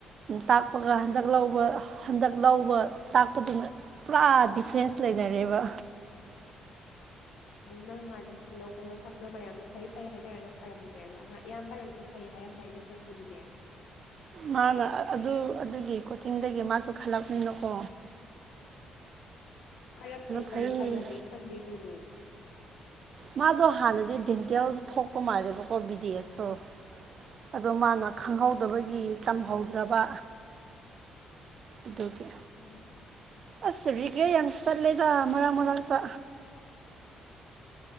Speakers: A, on the right; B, on the left.
A: ꯇꯥꯛꯄꯒ ꯍꯟꯗꯛ ꯂꯧꯕ ꯍꯟꯗꯛ ꯂꯧꯕ ꯇꯥꯛꯄꯗꯨꯅ ꯄꯨꯔꯥ ꯗꯤꯐ꯭ꯔꯦꯟꯁ ꯂꯩꯅꯔꯦꯕ
B: ꯅꯪ ꯍꯥꯟꯅꯒꯤ ꯂꯧꯕ ꯃꯐꯝꯗꯣ ꯃꯌꯥꯝꯅ ꯐꯩ ꯐꯩ ꯍꯥꯏꯅꯔꯒ ꯐꯔꯝꯗ꯭ꯔꯦꯕ ꯍꯥ ꯏꯌꯥꯝꯕꯅꯁꯨ ꯐꯩ ꯍꯥꯏ ꯍꯥꯏꯔꯝꯗꯥꯏꯅ ꯑꯩꯈꯣꯏ ꯈꯨꯟꯒꯤ
A: ꯃꯥꯅ ꯑꯗꯨ ꯑꯗꯨꯒꯤ ꯀꯣꯆꯤꯡꯗꯒꯤ ꯃꯥꯁꯨ ꯈꯜꯂꯛꯄꯥꯅꯤꯅꯀꯣ
B: ꯈꯜꯂꯛꯇꯦ
A: ꯐꯩ
B: ꯀꯔꯤ ꯈꯜꯂꯒꯦ ꯈꯟꯗꯦ ꯀꯩꯅꯣ
A: ꯃꯥꯗꯣ ꯍꯥꯟꯅꯗꯤ ꯗꯦꯟꯇꯦꯜ ꯊꯣꯛꯄ ꯃꯥꯜꯂꯦꯕꯀꯣ ꯕꯤꯗꯤ ꯑꯦꯁꯇꯣ ꯑꯗꯣ ꯃꯥꯅ
B: ꯎꯝ
A: ꯈꯪꯍꯧꯗꯕꯒꯤ ꯇꯝꯍꯧꯗ꯭ꯔꯕ ꯑꯗꯨꯒꯤ
B: ꯑꯣ
A: ꯑꯁ ꯔꯦꯒꯔꯇꯦ ꯌꯥꯝ ꯆꯠꯂꯦꯗ ꯃꯔꯛ ꯃꯔꯛꯇ